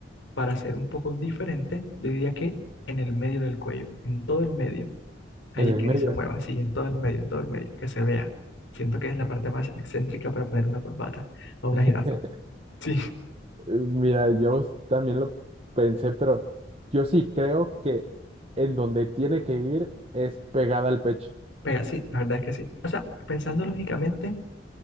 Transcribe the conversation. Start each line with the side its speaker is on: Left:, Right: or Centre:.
Left: para ser un poco diferente, yo diría que en el medio del cuello, en todo el medio. Ahí
Right: en el
Left: que
Right: medio.
Left: ni se mueva, así, en todo el medio, en todo el medio, que se vea. Siento que es la parte más excéntrica para poner una corbata a una
Right: <laughs>
Left: jirafa. Sí,
Right: Mira, yo también lo pensé, pero yo sí creo que en donde tiene que ir es pegada al pecho.
Left: <laughs> pega, sí, la verdad es que sí. O sea, pensando lógicamente,